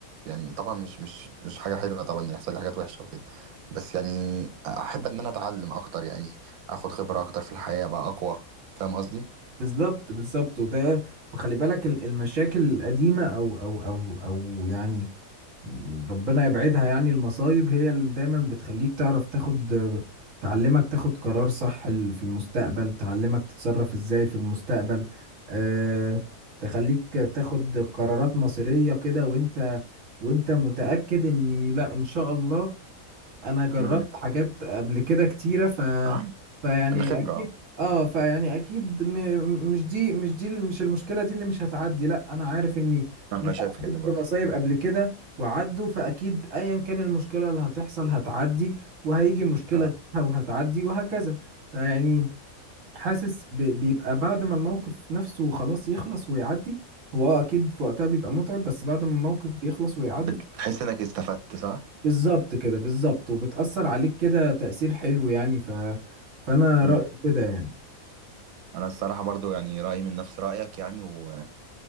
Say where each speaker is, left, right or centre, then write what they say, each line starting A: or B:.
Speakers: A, on the right; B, on the right.
A: يعني طبعا مش مش مش حاجه حلوه طبعا يحصل لي حاجات وحشه وكده بس يعني احب ان انا اتعلم اكتر يعني اخد خبره اكتر في الحياه بقى اقوى فاهم قصدي
B: بالظبط بالظبط وده وخلي بالك ال- المشاكل القديمة او او او او يعني ربنا يبعدها يعني المصايب هي اللي دايما بتخليك تعرف تاخد تعلمك تاخد قرار صح ال- في المستقبل تعلمك تتصرف ازاي في المستقبل أه تخليك تاخد قرارات مصيرية كده وانت وانت متأكد ان لا ان شاء الله انا جربت
A: امم
B: حاجات قبل كده كتيره ف
A: اه
B: فيعني
A: الخبرة
B: اكيد اه فيعني اكيد م... مش دي مش دي مش المشكله دي اللي مش هتعدي لا انا عارف اني
A: انا
B: إن أنا
A: شايف كده
B: عديت
A: برضه
B: بمصايب قبل كده وعدوا فاكيد ايا كان المشكله اللي هتحصل هتعدي وهيجي مشكله
A: آه،
B: غيرها وهتعدي وهكذا فيعني حاسس ب... بيبقى بعد ما الموقف نفسه خلاص يخلص ويعدي هو آه اكيد في وقتها بيبقى متعب بس بعد ما الموقف بيخلص ويعدي
A: بتحس انك استفدت صح؟
B: بالظبط كده بالظبط وبتأثر عليك كده تأثير حلو يعني ف... فأنا
A: امم
B: رأيي كده يعني
A: انا الصراحة برضو يعني رأيي من نفس رأيك يعني و...